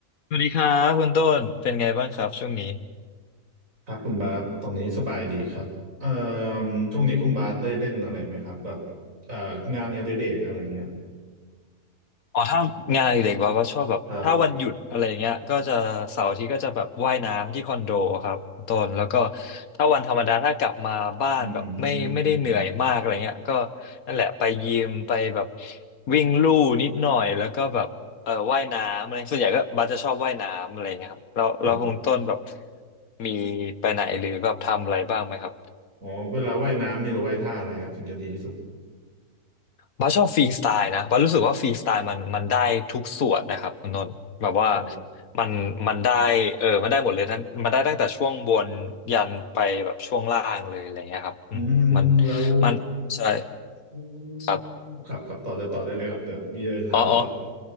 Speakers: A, on the left; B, on the right.
A: สวัสดีครับคุณต้นเป็นไงบ้างครับช่วงนี้
B: ครับคุณบาสตอนนี้สบายดีครับเอ่อช่วงนี้คุณบาสได้เล่นอะไรไหมครับแบบเอ่องานอดิเรกอะไรเงี้ย
A: อ๋อถ้างานอดิเด็กว่าก็ชอบแบบถ้าวันหยุดอะไร่าเงี้ยก็จะเสาร์อาทิตย์ก็จะแบบว่ายน้ำที่คอนโดครับคุณต้นแล้วก็
B: ครับ
A: ถ้าวันธรรมดาถ้ากลับมาบ้านแบบไม่ไม่ได้เหนื่อยมากอะไรเงี้ยก็
B: อืม
A: นั่นแหละไปยิมไปแบบวิ่งลู่นิดหน่อยแล้วก็แบบเออว่ายน้ำอะไรส่วนใหญ่ก็บัสจะชอบว่ายน้ำอะไรเงี้ยครับแล้วแล้วคุณต้นแบบ
B: ครับ
A: มีไปไหนหรือแบบทำอะไรบ้างไหมครับ
B: อ๋อเวลาว่ายน้ำมีหรือว่ายท่าอะไรครับถึงจะดีที่สุด
A: บ้าสชอบฟรีสไตล์นะบ้าสรู้สึกว่าฟรีสไตล์มันมันได้ทุกส่วนนะครับคุณนนท์แบบว่า
B: ครับ
A: มันมันได้เออมันได้หมดเลยทั้งมันได้ตั้งแต่ช่วงบนยันไปแบบช่วงล่างเลยอะไรเงี้ยครับอืมมัน
B: อืมแล้ว
A: มันใช่
B: อืม
A: ครับ
B: ครับครับต่อได้ต่อได้เลยครับเดี๋ยวมีอะไรจะถามต่อ
A: อ๋ออ๋อ